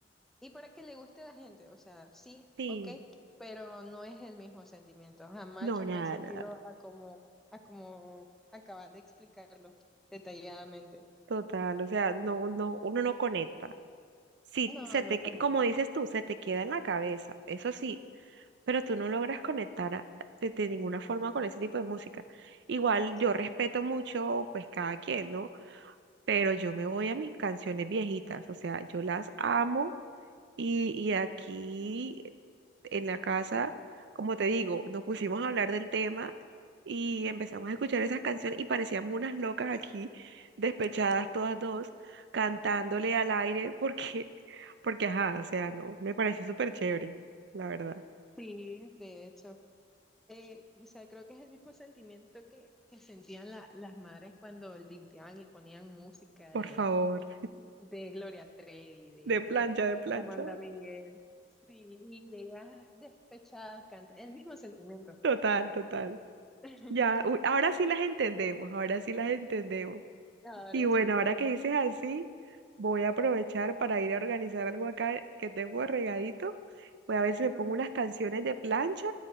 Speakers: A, in the centre; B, on the right.
A: y para que le guste a la gente. O sea, sí,
B: sí.
A: ok, pero no es el mismo sentimiento. Jamás
B: No,
A: yo
B: nada,
A: me he sentido
B: nada.
A: a como, a como acabas de explicarlo detalladamente.
B: Total, o sea, no, no, uno no conecta. Sí,
A: No,
B: se te,
A: no conecta.
B: que- como dices tú, se te queda en la cabeza, eso sí, pero tú no logras conectar a- de, de ninguna forma con ese tipo de música. Igual
A: Sí,
B: yo respeto mucho, pues cada quien, ¿no? pero yo me voy a mis canciones viejitas, o sea, yo las amo y, y aquí eh, en la casa, como te digo, nos pusimos a hablar del tema y empezamos a escuchar esas canciones y parecíamos unas locas aquí, despechadas todas dos, cantándole al aire porque, <laughs> porque ajá, o sea, no, me pareció súper chévere, la verdad.
A: sí, de hecho. Eh, o sea, creo que es el mismo sentimiento que, que sentían la- las madres cuando limpiaban y ponían música
B: Por
A: de,
B: favor,
A: de Gloria Trevi, de
B: de plancha, de plancha.
A: Amanda Miguel. sí, y ellas despechadas cantan, el mismo sentimiento.
B: Total, total.
A: <laughs>
B: Ya, uy, ahora sí las entendemos, ahora sí las entendemos.
A: Ahora
B: Y bueno,
A: sí.
B: ahora que dices así, voy a aprovechar para ir a organizar algo acá que tengo regadito. Voy a ver si me pongo
A: Ujú,
B: unas canciones de plancha